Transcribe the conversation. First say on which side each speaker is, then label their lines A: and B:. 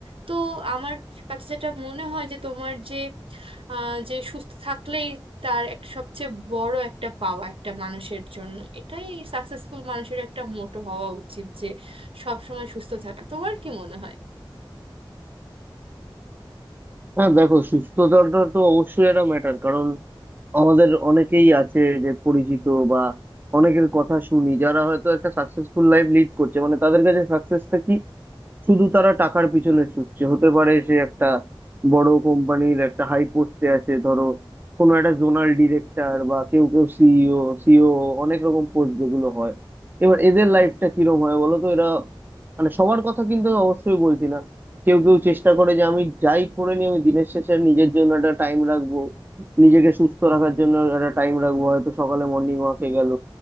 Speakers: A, on the right; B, on the right.
A: তো আমার কাছে যেটা মনে হয় যে তোমার যে আহ, যে সুস্থ থাকলেই তার এক সবচেয়ে বড় একটা পাওয়া একটা মানুষের জন্য এটাই সাকসেসফুল মানুষের একটা মোটো হওয়া উচিত যে সবসময় সুস্থ থাকা তোমার কি মনে হয়
B: হ্যাঁ দেখো সুস্থতাটা তো অবশ্যই একটা ম্যাটার কারণ আমাদের অনেকেই আছে যে পরিচিত বা অনেকের কথা শুনি যারা হয়তো একটা সাকসেসফুল লাইফ লিড করছে মানে তাদের কাছে সাকসেসটা কি শুধু তারা টাকার পিছনে ছুটছে হতে পারে সে একটা বড় কোম্পানির একটা হাই পোস্টে আছে ধরো কোনো একটা জোনাল ডিরেক্টর বা কেউ কেউ সিইও সিও অনেক রকম পোস্ট যেগুলো হয় এবার এদের লাইফটা কিরম হয় বলো তো এরা মানে সবার কথা কিন্তু আমি অবশ্যই বলছি না কেউ কেউ চেষ্টা করে যে আমি যাই করে নিই আমি দিনের শেষে নিজের জন্য একটা টাইম রাখবো নিজেকে সুস্থ রাখার জন্য একটা টাইম রাখবো হয়তো সকালে মর্নিং ওয়াকে গেল